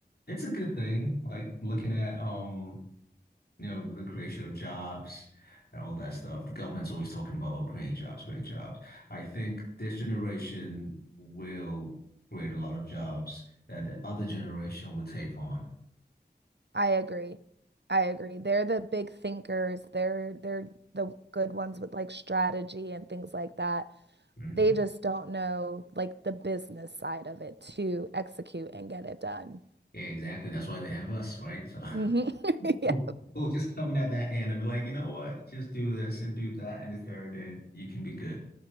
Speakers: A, on the left; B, on the right.
A: it's a good thing. Like looking at um you know, the creation of jobs and all that stuff. The government's always talking about, oh, creating jobs, creating jobs. I think this generation will create a lot of jobs that the other generation will take on.
B: I agree. I agree. They're the big thinkers. They're they're the good ones with like strategy and things like that.
A: Mhm.
B: They just don't know like the business side of it to execute and get it done.
A: Yeah, exactly. That's why they have us, right? So
B: hmm
A: <laughs>
B: <laughs> Yeah.
A: we'll we'll just coming at that end and be like, you know what? Just do this and do that and the third, and you can be good.